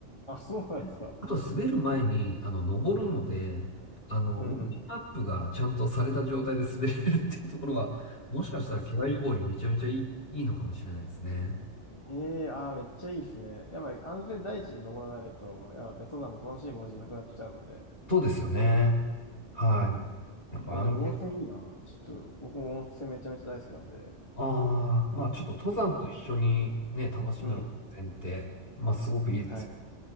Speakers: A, on the left; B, on the left.
A: あ、そうなんですか。
B: あと滑る前に、あの、登るので、
A: <laughs>
B: あの、
A: うんうん。
B: ウォーミングアップがちゃんとされた状態で滑れるっていうところは、もしかしたら怪我予防にめちゃめちゃいい、
A: あ、そういうことか。
B: いいのかもしれないですね。
A: ええあー、めっちゃいいですね。やっぱり安全第一で登らないと、やっぱね、登山も楽しいものじゃなくなっちゃうので。
B: そうですよね。はい。
A: うんうん。
B: やっぱ安全
A: え、でも温泉いいな。ちょっと、僕も温泉めちゃめちゃ大好きなんで。
B: ああ、まあちょっと登山と一緒にね、
A: はい
B: 楽しむる線って、
A: うん。
B: まあすごくいいです。
A: はい。